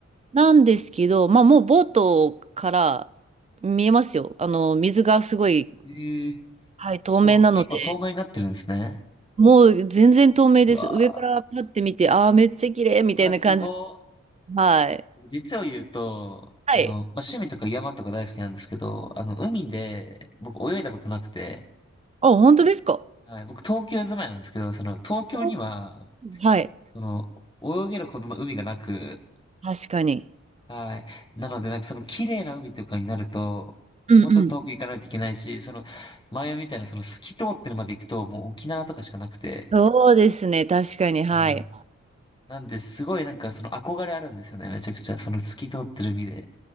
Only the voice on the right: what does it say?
なんですけど、まあもうボートから見えますよ。あの、水がすごい、
はい、透明なので、
もう全然透明です。
上からパッて見て、ああ、めっちゃ綺麗みたいな感じ。
はい。
はい。
あ、本当ですか
おーはい。
確かに。
うんうん。
そうですね。確かに。はい。